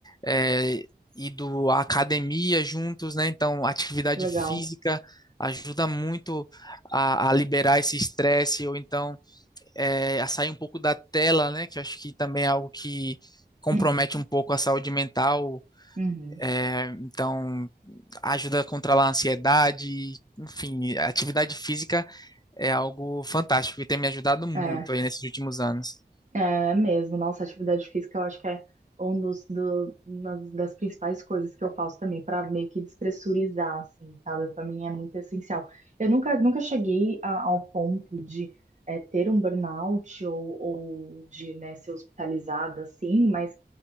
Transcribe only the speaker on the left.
é, ido à academia juntos, né? Então, atividade
física ajuda muito a, a liberar esse estresse, ou então é, a sair um pouco da tela, né? Que eu acho que também é algo que compromete
um pouco a saúde mental
é, então, ajuda a controlar a ansiedade. Enfim, a atividade física é algo fantástico e tem me ajudado muito
aí nesses últimos anos.